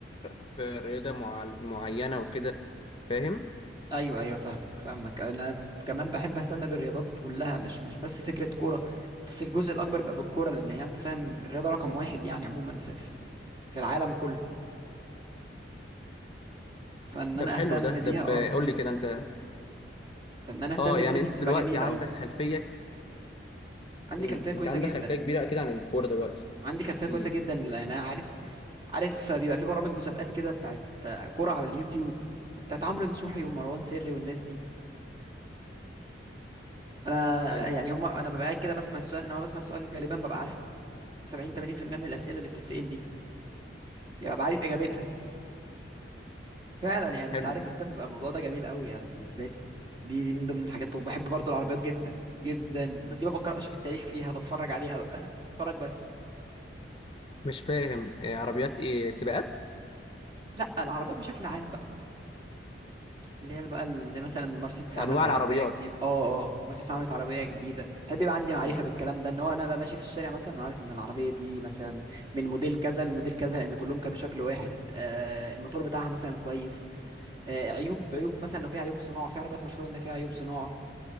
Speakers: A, on the left; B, on the right.
A: في الرياضه معل- معينه وكده فاهم
B: أيوه أيوه فاهمك فاهمك أنا كمان بحب أهتم بالرياضات كلها مش مش بس فكرة كورة بس الجزء الأكبر بقى بالكورة لأن هي أنت فاهم الرياضة رقم واحد يعني عموما في في في العالم كله فإن أنا
A: ده حلو
B: أهتم
A: ده
B: بيها
A: ده ب-
B: أه
A: قول لي كده انت
B: فإن أنا أهتم
A: اه يعني
B: بيها دي
A: انت
B: بتبقى
A: دلوقتي
B: جميلة
A: عندك
B: أه
A: خلفيه
B: عندي
A: امم
B: خلفية كويسة
A: انت عندك
B: جدا
A: خلفيه كبيره اكيد عن الكوره دلوقتي
B: عندي خلفية كويسة
A: امم
B: جدا لأن أنا عارف عارف بيبقى في برامج مسابقات كده بتاعت كرة على اليوتيوب بتاعت عمرو نصوحي ومروان سري والناس دي انا
A: ايوه
B: يعني هم انا ببقى قاعد كده بسمع السؤال انا بسمع السؤال غالبا ببقى عارف 70 80% من الاسئله اللي بتتسال دي يعني ببقى عارف اجابتها فعلا يعني
A: حلو
B: انت عارف انت بيبقى الموضوع ده جميل قوي يعني بالنسبه لي دي دي من ضمن الحاجات وبحب برضو العربيات جدا جدا بس دي ما بقراش في التاريخ فيها بتفرج عليها بقى <laughs> بتفرج بس
A: مش فاهم إيه عربيات ايه سباقات
B: لا العربيات بشكل عام اللي هي بقى اللي مثلا مرسيدس
A: انواع
B: عملت عربيه
A: العربيات
B: جديده اه اه مرسيدس عملت عربيه جديده احب يبقى عندي معرفه
A: امم
B: بالكلام ده ان هو انا بقى ماشي في الشارع مثلا انا عارف ان العربيه دي مثلا من موديل كذا لموديل كذا لان كلهم كانوا شكل واحد آه الموتور بتاعها مثلا كويس آه عيوب عيوب مثلا لو في عيوب صناعه في عربيات مشهوره ان فيها عيوب صناعه